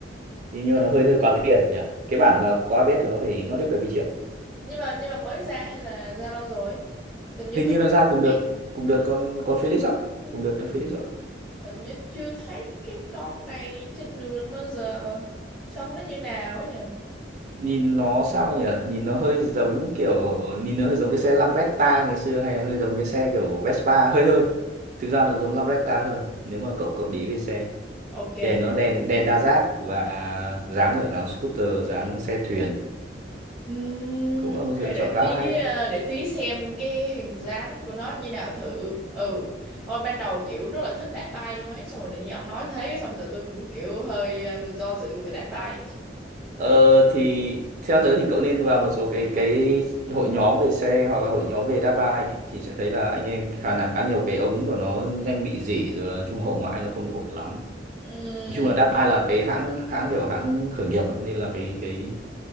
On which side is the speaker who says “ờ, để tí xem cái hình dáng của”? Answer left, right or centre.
Centre